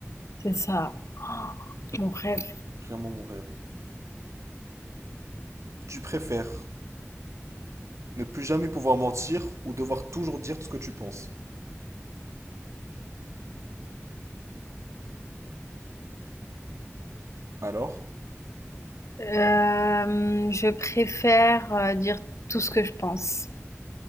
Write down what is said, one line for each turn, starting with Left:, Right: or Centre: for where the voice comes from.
Left: c'est ça. <gasps> Oh, Mon rêve.
Right: Vraiment mon rêve. Tu préfères ne plus jamais pouvoir mentir ou devoir toujours dire tout ce que tu penses. Alors?
Left: Hem, je préfère, heu, dire tout ce que je pense.